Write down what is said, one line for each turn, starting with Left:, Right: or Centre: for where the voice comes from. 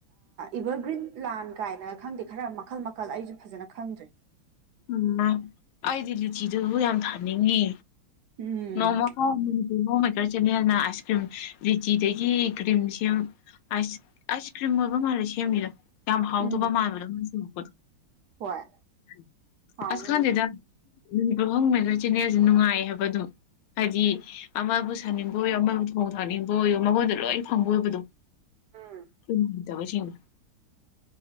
Right: ꯏꯚꯔꯒ꯭ꯔꯤꯠ ꯄ꯭ꯂꯥꯟ ꯀꯥꯏꯅ ꯈꯪꯗꯦ ꯈꯔ ꯃꯈꯜ ꯃꯈꯜ ꯑꯩꯁꯨ ꯐꯖꯅ ꯈꯪꯗ꯭ꯔꯦ꯫
Left: ꯎꯝ ꯃꯥ ꯑꯩꯗꯤ ꯂꯨꯆꯤꯗꯨꯕꯨ ꯌꯥꯝ ꯊꯥꯅꯤꯡꯉꯤ꯫
Right: ꯎꯝ
Left: ꯅꯣꯡꯃꯥꯎ ꯃꯩꯒ꯭ꯔꯥ ꯆꯦꯅꯦꯜꯅ ꯑꯥꯏꯁ ꯀ꯭ꯔꯤꯝ ꯔꯤꯆꯤꯗꯒꯤ ꯀ꯭ꯔꯤꯝ ꯁꯦꯝ꯫ ꯑꯥꯏꯁ ꯑꯥꯏꯁ ꯀ꯭ꯔꯤꯝ ꯑꯣꯏꯕ ꯃꯥꯜꯂꯦ ꯁꯦꯝꯃꯤꯗꯣ꯫ ꯌꯥꯝ ꯍꯥꯎꯗꫭꯕ
Right: ꯎꯝ
Left: ꯃꯥꯥꯟꯕꯗꫭ
Right: ꯍꯣꯏ
Left: <unintelligible>
Right: ꯍꯥꯎꯅꯤ
Left: ꯑꯁ ꯈꯪꯗ‌ꯦꯗ꯫ ꯑꯍꯣꯡꯃ‌ꯦꯀꯔ ꯆꯦꯅꯦꯜꯁꯦ ꯅꯨꯡꯉꯥꯏ ꯍꯥꯏꯕ ꯑꯗꯨꯝ꯫ ꯍꯥꯏꯗꯤ ꯑꯃꯕꯨ ꯁꯥꯅꯤꯡꯕ ꯑꯣꯏꯌꫭ ꯑꯃꯕꯨ ꯊꯣꯡ ꯊꯥꯛꯅꯤꯡꯕ ꯑꯣꯏꯌꯣ ꯃꯉꯣꯟꯗ ꯂꯣꯏ ꯐꯪꯕ ꯑꯣꯏꯕꯗꯣ꯫
Right: ꯎꯝ
Left: ꯆꯤꯟꯒ ꯑꯝꯇ ꯁ‌ꯦꯡꯉ‌ꯣꯏ